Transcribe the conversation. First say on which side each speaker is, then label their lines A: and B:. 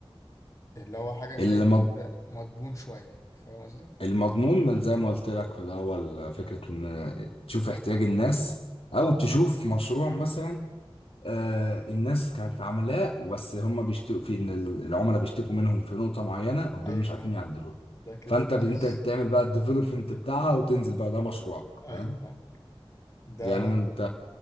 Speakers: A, on the left; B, on the left.
A: اللي هو حاجة زي
B: فاهم
A: كده مضمون شوية فاهم قصدي؟
B: المضمون من زي ما قلت لك في الأول فكرة إن تشوف احتياج الناس أو تشوف مشروع مثلا آه الناس كانت عاملاه بس هم بيشتكوا في إن العملاء بيشتكوا منهم في نقطة معينة ودول
A: ايوه
B: مش عارفين يعدلوها
A: ده كده
B: فأنت
A: بيزنس
B: ب- أنت تعمل بقى الديفلوبمنت بتاعها وتنزل بقى ده مشروعك
A: ايوه
B: فاهم
A: فاهمك ده
B: يعني
A: برضه
B: أنا- أنت